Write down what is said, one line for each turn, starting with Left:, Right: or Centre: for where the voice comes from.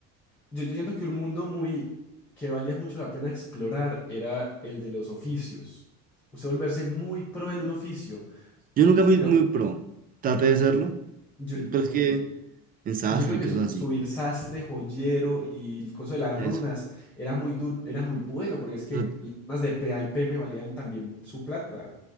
Centre: Yo, yo siento que un mundo muy que valía mucho la pena explorar era el de los oficios. Usted volverse muy pro en un oficio,
Right: Yo nunca fui
Centre: pero,
Right: muy pro. Traté
Centre: ok,
Right: de serlo,
Centre: yo,
Right: pero es
Centre: ok.
Right: que en sastre
Centre: Y yo creo
Right: y
Centre: que
Right: cosas
Centre: su- subir
Right: así.
Centre: sastre, joyero y el coso de las
Right: Eso.
Centre: runas era muy duro, era muy bueno, porque es que
Right: Pero-
Centre: las runas de P a y P me valían también su plata.